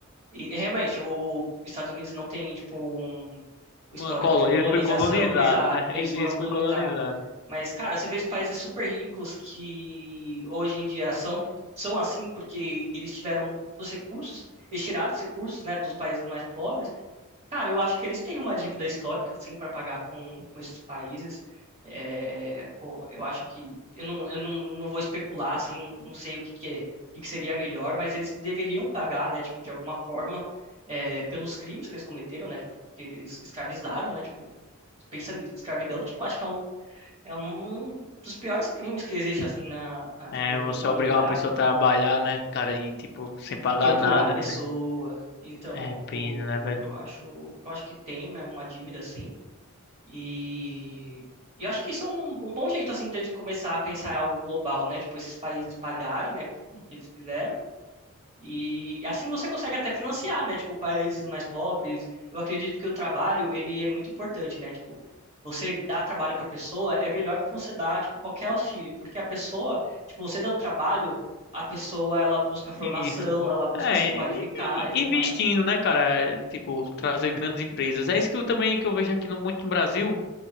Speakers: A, on the right (about 30°); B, on the left (about 50°).
A: E, realmente, o, o Estados Unidos não tem, tipo, um o histórico
B: Uma colônia,
A: de colonização.
B: ele foi colonizado,
A: Exato,
B: né? <laughs>
A: eles
B: Ele
A: foram
B: foi
A: colonizados.
B: colonizado.
A: Mas, cara, você vê os países super ricos que hoje em dia são, são assim porque eles tiveram os recursos, eles tiraram os recursos, né, dos países mais pobres Cara, eu acho que eles têm uma dívida histórica, assim, para pagar com, com esses países. É, co- eu acho que. Eu não, eu não, não vou especular, assim, não, não sei o que, que, é- o que que seria melhor, mas eles deveriam pagar, né, tipo, de alguma forma, é, pelos crimes que eles cometeram, né, tipo, que eles escravizaram, né, tipo, pensa em escravidão, tipo, acho que é um, é um dos piores crimes que existe, assim, na, na,
B: É,
A: tipo,
B: você
A: na
B: obrigar
A: humanidade.
B: uma pessoa a trabalhar, né, cara, e tipo, sem pagar
A: E torturar
B: nada,
A: a pessoa.
B: assim.
A: Então,
B: É
A: tipo,
B: pena, né, velho?
A: eu acho, eu acho que tem, né, uma dívida, assim. E eu acho que isso é um, um bom jeito, assim, de de começar a pensar em algo global, né? Tipo, esses países pagarem, né, do que eles fizeram. E assim você consegue até financiar, né? Tipo, países mais pobres. Eu acredito que o trabalho, ele é muito importante, né? Tipo, você dar trabalho para a pessoa é melhor do que você dar, tipo, qualquer auxílio. Porque a pessoa, tipo, você dando trabalho, a pessoa, ela busca formação,
B: Isso.
A: ela busca
B: É,
A: se qualificar
B: e-
A: e tudo
B: e- investindo,
A: mais.
B: né, cara? é, Tipo, trazer grandes empresas. É isso que eu também que eu vejo aqui no, muito no Brasil.